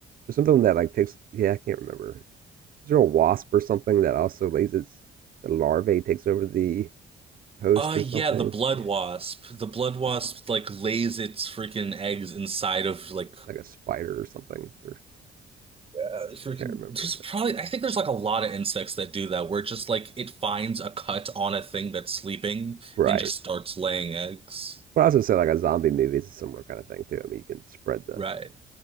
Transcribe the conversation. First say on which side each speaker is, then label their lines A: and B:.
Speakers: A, on the right; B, on the right.
A: something that like takes. Yeah, I can't remember. Is there a wasp or something that also lays its the larvae takes over the host
B: Uh
A: or
B: yeah,
A: something?
B: the blood
A: Yeah,
B: wasp. The blood wasp
A: something like
B: like
A: that,
B: lays its freaking eggs inside of like
A: like a spider or something. Or
B: uh, freaking
A: I can't remember,
B: there's
A: but
B: probably I think there's like a lot of insects that do that where just like it finds a cut on a thing that's sleeping
A: right.
B: and just starts laying eggs.
A: But I also say like a zombie movie is a similar kind of thing too. I mean, you can spread the
B: Right.